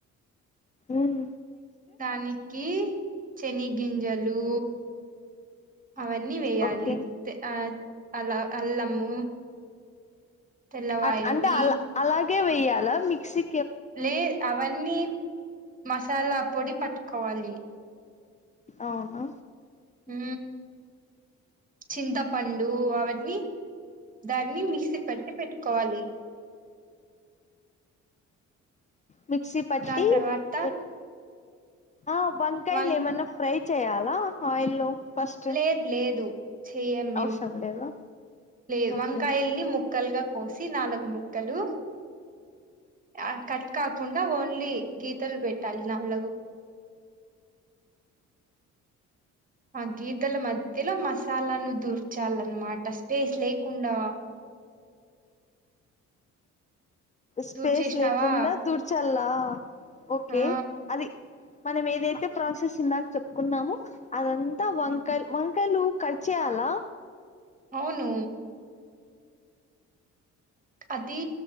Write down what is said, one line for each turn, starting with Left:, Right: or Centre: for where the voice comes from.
Left: ఉమ్
Right: దానికి చెని గింజలు అవన్నీ వేయాలి,
Left: ఓకే
Right: త్ ఆ అలా అల్లము తెల్లవాయివి
Left: అట్ అంటే అలా అలాగే వేయాల మిక్సీ
Right: లే అవన్నీ మసాలా పొడి పట్టుకోవలి.
Left: అవున
Right: ఉ చింతపండు అవన్నీ దాన్ని మిక్సీ పట్టి పెట్టుకోవాలి
Left: మిక్స పట్టి
Right: దాని తర్వాత
Left: పెట్ ఆ బంకాయలు
Right: వం
Left: ఏమన్నా ఫ్రై చేయాలా ఆయిల్ ఫస్ట్
Right: లేదు లేదు చెయం మేం
Left: అవసరం లేదా
Right: లేదు
Left: ఓకే
Right: వంకాయల్ని
Left: ఓకే
Right: ముొక్కలుగా కోసి నాలుగు ముక్కలు ఆ కట్ కాకుండా ఓన్లీ గీతలు పెట్టాలి నళ్ళగు ఆ గీతల మధ్యలో మసాలాను్వు దూర్చాలన్నమాట స్పేస్ లేకుండా
Left: స్పేస్
Right: దూర్చేసినావా
Left: లేకుండా దుడ్చలా ఓకే
Right: ఆ
Left: అది మనం ఏదైతే ప్రాసెస్ ఇందాక చెప్పుకున్నామో అదంతా వంకాలు వంకాయలు కట్ చేయాలి లా
Right: అవును అది